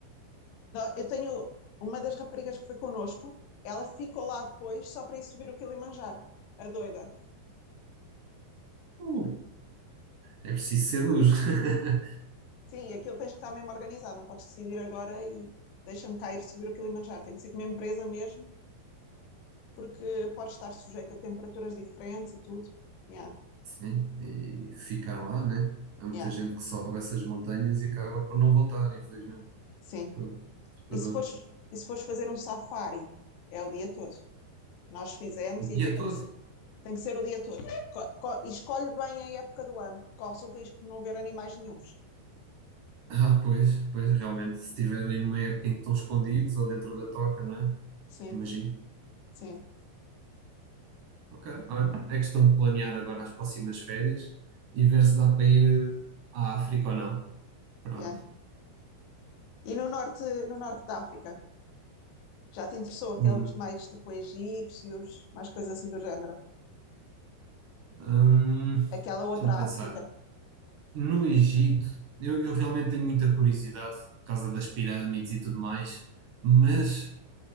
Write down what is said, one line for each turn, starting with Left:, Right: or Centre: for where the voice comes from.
Left: Eu tenho uma das raparigas que foi connosco, ela ficou lá depois só para ir subir o Kilimanjaro, a doida.
Right: Uh, é preciso ser duro. <laughs>
Left: Sim, aquilo tens que estar mesmo organizado, não podes decidir agora e deixa-me cair subir o Kilimanjaro, tem que ser com uma empresa mesmo, porque pode estar sujeito a temperaturas diferentes e tudo. Yeah,
Right: Sim, e ficar lá, né? Há muita
Left: yeah.
Right: gente que sobe essas montanhas e acaba por não voltar, infelizmente.
Left: Sim.
Right: Pô, assustador.
Left: E se fores, e se fores fazer um safari, é o dia todo. Nós fizemos
Right: O dia
Left: e aquilo tem
Right: todo.
Left: que ser,
Right: <laughs>
Left: tem que ser o dia todo. Co- co- e escolhe bem a época do ano. Corres o risco de não ver animais nenhuns.
Right: Ah, pois, pois, realmente, se estiverem numa época em que estão escondidos ou dentro da toca, não é?
Left: Sim,
Right: Imagino.
Left: sim.
Right: Ok, olha, é questão de planear agora as próximas férias e ver se dá para ir eh, à África ou não. Pronto.
Left: yeah. E no norte, no norte da África? Já te interessou aqueles
Right: Hum,
Left: mais tipo egípcios, mais coisas assim do género?
Right: hum,
Left: Aquela outra
Right: deixa-me pensar.
Left: África.
Right: No Egito, eu, eu realmente tenho muita curiosidade por causa das pirâmides e tudo mais, mas